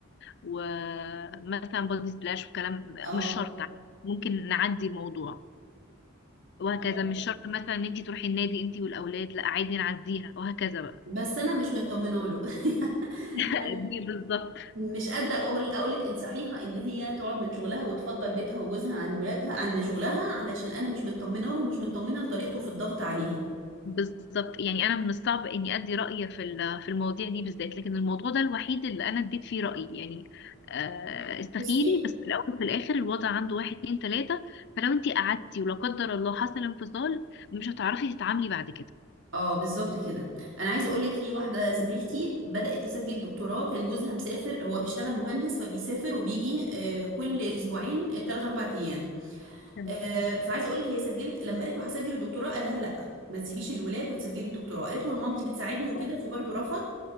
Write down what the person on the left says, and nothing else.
ومثلا بودي سبلاش وكلام
مش شرط عادي. ممكن نعدي الموضوع وهكذا
مش شرط مثلا ان انت تروحي النادي انت والاولاد لا عادي نعديها وهكذا بقى
<laughs> دي بالظبط
بالظبط يعني انا من الصعب اني ادي رايي في ال- في المواضيع دي بالذات لكن الموضوع ده الوحيد اللي انا اديت فيه رايي يعني آه، استخيري
بس في الاول وفي الاخر الوضع عنده واحد اتنين تلاته فلو انت قعدتي ولا قدر الله حصل انفصال مش هتعرفي تتعاملي بعد كده
تمام
خلاص.